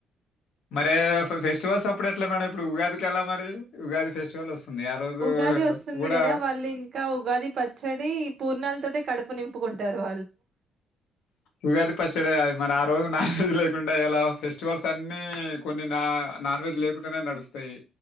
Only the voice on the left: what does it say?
మరే ఫెస్టివల్స్ అప్పుడు ఎట్ల మేడం ఇప్పుడు ఉగాదికి ఎలా మరి ఉగాది ఫెస్టివల్ వస్తుంది ఆ రోజు
కూడా
ఉగాది పచ్చడ మరి ఆ రోజు నాన్ వెెజ్ లేకుండా ఎలా ఫెస్టివల్స్ అన్ని కొన్ని నా నాన్ వెెజ్ లేకుంటనే నడుస్తయి